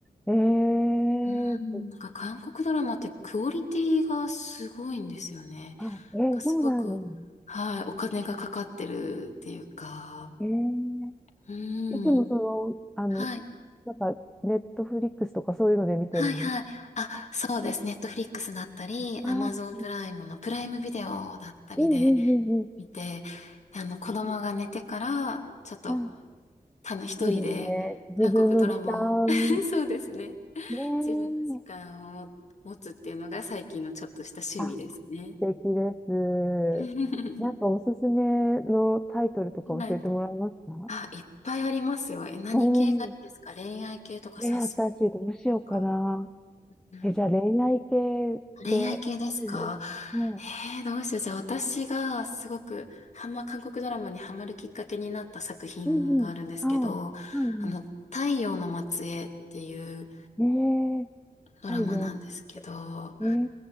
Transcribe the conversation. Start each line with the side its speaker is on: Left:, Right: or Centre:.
Centre: ええー
Left: うん、なんか韓国ドラマってクオリティがすごいんですよね。
Centre: あ、えー、
Left: なんかすごく、
Centre: そうなんですね。
Left: はい、お金がかかってるっていうか、
Centre: ええ
Left: うん。
Centre: ーいつもその、あの、
Left: はい。
Centre: なんか、ネットフリックスとかそういうので見てるんです
Left: はいはい。あ、
Centre: か。あ、
Left: そうです。ネットフリックスだったり、
Centre: あー
Left: アマゾンプライムのプライムビデオだったりで
Centre: うんうんうんうんうんうんうんうん。
Left: 見て、あの、子供が寝てから、ちょっと、
Centre: あ、
Left: たの一人で、
Centre: いいですね。自分の時間、
Left: 韓国ドラマを、<laughs> そうですね。
Centre: ねえ。
Left: 自分の時間を持つっていうのが最近のちょっとした趣味ですね。
Centre: あ、素敵です。
Left: <laughs>
Centre: なんかおすすめのタイトルとか教えてもらえますか
Left: はい。あ、いっぱいありますよ。え、何系がいいですか恋愛系とかサスペ
Centre: おー、えー、私どうしようかな。
Left: とか。うん、
Centre: え、じゃあ恋愛系で、
Left: 恋愛系ですか
Centre: <laughs> も
Left: えー、どうしよう。じゃあ私がすごくハマ、韓国ドラマにハマるきっかけになった作品があるんですけど、
Centre: う、うんうん、はい、はいは
Left: あの、太陽の末裔っていう
Centre: い。ええ
Left: ドラマなんですけど、
Centre: 太陽、ええ